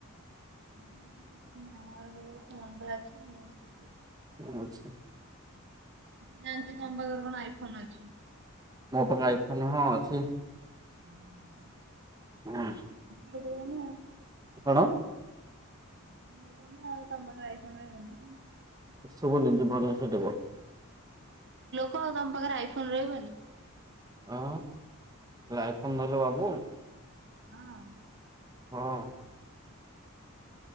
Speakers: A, on the right (about 55°); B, on the right (about 20°).
A: <unintelligible>
B: ଆଚ୍ଛା।
A: ଜାଣିଚି ତମ ପାଖରେ କଣ ଆଇଫୋନ ଅଛି।
B: ମୋ ପାଖେ ଆଇଫୋନ ହଁ ଅଛି।
A: <unintelligible>
B: ହଁ।
A: <unintelligible>
B: କଣ?
A: <unintelligible>
B: ଶୁଭୁନି ଟିକେ ଭଲସେ କୁହ।
A: କୁହ ତମ ପାଖରେ ଆଇଫୋନ ରହିବନି।
B: ହଁ ଖାଲି ଆଇଫୋନ ଧରିଲେ ବାବୁ।
A: ହଁ।
B: ହଁ।